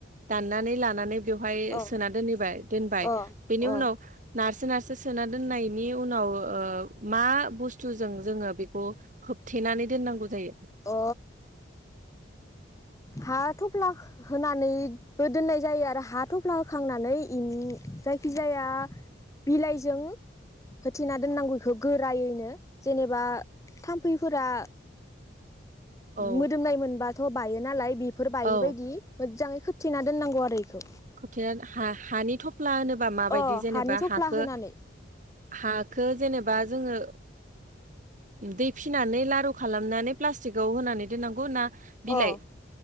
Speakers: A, on the right (about 45°); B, on the left (about 15°).
A: दानानै लानानै बेवहाय
B: औ
A: सोना दोनहैबाय दोनबाय
B: अ
A: बेनि
B: अ
A: उनाव नारसो नारसो सोना दोननायनि बेनि उनाव मा बुस्थुजों जोङो बेखौ होबथेनानै दोननांगौ जायो।
B: अ हा थफ्ला होनानैबो दोननाय जायो आरो हा थफ्ला होखांनानै जायखि जाया बिलाइजों होथेना दोननांगौ बेखौ गोरायैनो जेनेबा थाम्फैफोरा
A: औ
B: मोदोमनाय मोनबाथ' बायो नालाय बेफोर बायैबायदि
A: औ
B: मोजाङै खोबथेना दोननांगौ आरो। इखौ
A: खोबथे हा हानि थ थफ्ला होनोबा माबायदि
B: अ
A: जेनेबा
B: हानि थफ्ला
A: हखौ
B: होनानै
A: हखौ जेनेबा बा जोङो दै फिनानै लारु खालामनानै प्लास्टिकआव होनानै दोननांगौ ना बिलाइ
B: अ